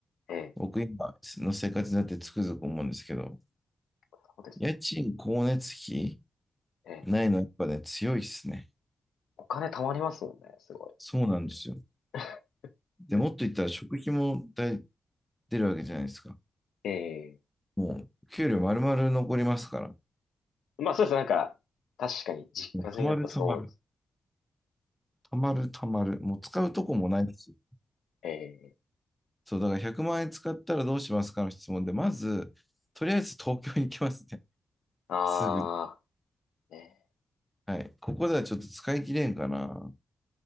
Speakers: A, on the left; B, in the centre.
A: ええ、
B: 僕今の生活になってつくづく思うんですけど、
A: そうですね。
B: 家賃、光熱費、
A: ええ。
B: ないの、やっぱね、強いっすね。
A: お金貯まりますもんね。すごい。
B: そうなんですよ。
A: <laughs>
B: で、もっと言ったら食費も大出るわけじゃないですか。
A: ええ。
B: もう、給料丸々残りますから。
A: まあ、そうです。なんか、確かに実家住みだったらそうですね。
B: もうたまるたまる。たまるたまる。もう使うとこもないし。
A: ええ
B: そう、だから100万円使ったらどうしますかの質問で、まず、とりあえず東京に行きますね。<laughs>
A: ああ
B: すぐ。
A: ー、ね、
B: はい。ここではちょっと使い切れんかな。